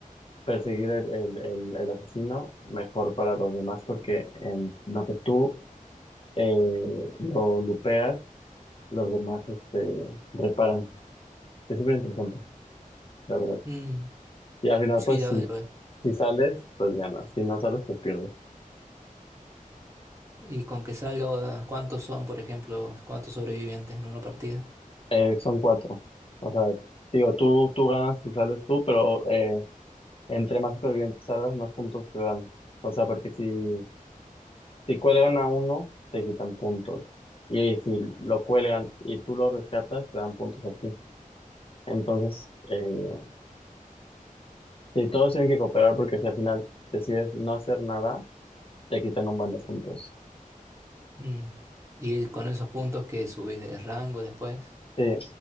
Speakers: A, on the left; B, on the right.
A: perseguir el, el- el- el asesino, mejor para los demás, porque en lo que tú eh, lo lupeas, los demás este, reparan. Es súper interesante, la verdad.
B: Mm,
A: Y al final,
B: sí,
A: pues
B: ya,
A: si,
B: ya veo.
A: si sales, pues ganas. Si no sales, pues pierdes.
B: Y con que salga, ¿cuántos son, por ejemplo, cuántos sobrevivientes en una partida?
A: Eh, son cuatro. O sea, digo, tú, tú ganas si sales tú, pero eh, entre más supervivientes salgas, más puntos te dan. O sea, porque si, si cuelgan a uno, te quitan puntos. Y si lo cuelgan y tú lo rescatas, te dan puntos a ti. Entonces, eh, si todos tienen que cooperar, porque si al final decides no hacer nada, te quitan un buen de puntos.
B: Mm. Y con esos puntos que subís de rango después.
A: Sí,